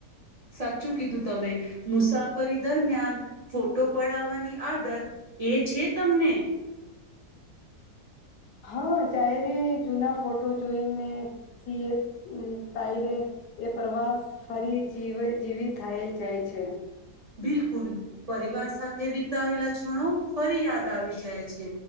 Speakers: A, on the right; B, on the left.
A: સાચું કીધું તમે મુસાફરી દરમિયાન ફોટો પડાવવાની આદત એ છે તમને
B: હા જહે્યારે જૂના ફોટો જોઈને ત એ પ્રવાસ ફરી જીવી થાય જાય છે
A: બિલકુલ પરિવાર સાથે વિતાવેલા ક્ષણો ફરી યાદ આવી જાય છે